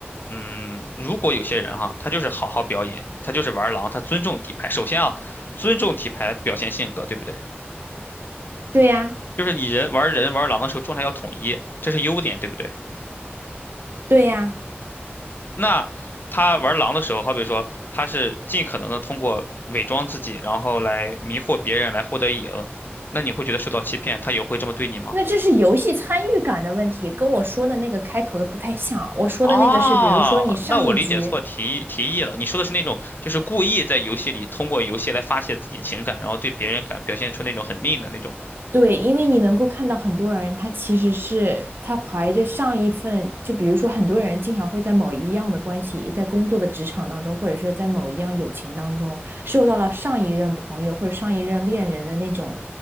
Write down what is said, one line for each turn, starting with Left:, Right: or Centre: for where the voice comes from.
Left: 嗯，如果有些人哈，他就是好好表演，他就是玩狼，他尊重底牌。首先啊，尊重底牌表现性格，对不对？
Right: 对呀，
Left: 就是你人玩人玩狼的时候状态要统一，这是优点，对不对？
Right: 对呀，
Left: 那他玩狼的时候，好比说他是尽可能的通过伪装自己，然后来迷惑别人，来获得赢，那你会觉得受到欺骗，他也会这么对你吗？
Right: 那这是游戏参与感的问题，跟我说的那个开头的不太像。我说的那个是，
Left: 哦，
Right: 比如说你上一局
Left: 那我理解错提提议了。你说的是那种，就是故意在游戏里通过游戏来发泄自己情感，然后对别人感表现出那种很命的那种的
Right: 对，因为你能够看到很多人，他其实是他怀着上一份，就比如说很多人经常会在某一样的关系，在工作的职场当中，或者说在某一样友情当中，受到了上一任朋友或者上一任恋人的那种